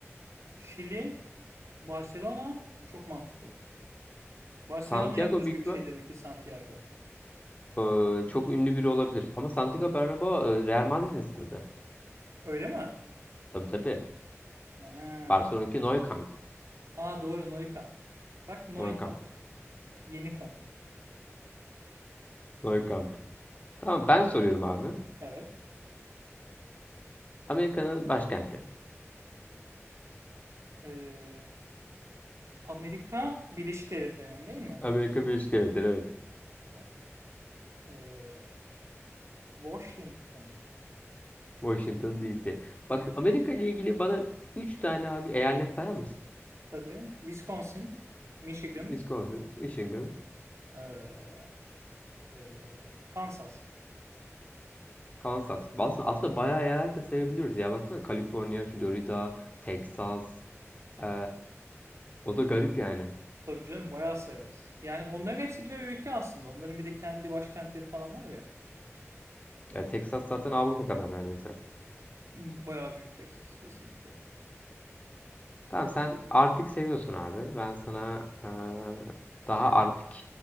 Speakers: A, on the right; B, on the left.
A: Şili, Barcelona çok mantıklı. Barcelona'ya
B: Santiago
A: özgü
B: büyük ihtimal
A: bir şey demek ki Santiago.
B: Ee, çok ünlü biri olabilir. Ama Santiago Bernabéu e, Real Madrid'in stadı.
A: Öyle mi?
B: Tabii tabii.
A: Ha.
B: Barcelona'daki Nou Camp.
A: Aa doğru Nou Camp. Bak Nou
B: Nou Camp.
A: Camp. Yeni kamp.
B: Nou Camp. Tamam ben soruyorum abi.
A: Evet.
B: Amerika'nın başkenti.
A: Ee, Amerika Birleşik Devletleri'nin değil mi?
B: Amerika Birleşik Devletleri evet.
A: Tamam. Ee, Washington
B: Washington DC. Bak Amerika ile ilgili bana 3 tane abi eyalet sayar mısın?
A: tabii. Wisconsin, Michigan,
B: Wisconsin, Michigan,
A: ee, ee, Kansas.
B: Kansas. Aslında, aslında bayağı eyalet de sayabiliyoruz ya. Baksana Kaliforniya, Florida, Texas. Ee, o da garip yani.
A: Tabii canım bayağı sayarız. Yani onların hepsi birer ülke aslında. Onların bir de kendi başkentleri falan var ya.
B: Ya Texas zaten Avrupa kadar neredeyse.
A: <clears throat> Bayağı büyük Texas kesinlikle.
B: Tamam sen Arctic seviyorsun abi. Ben sana eee, daha Arctic.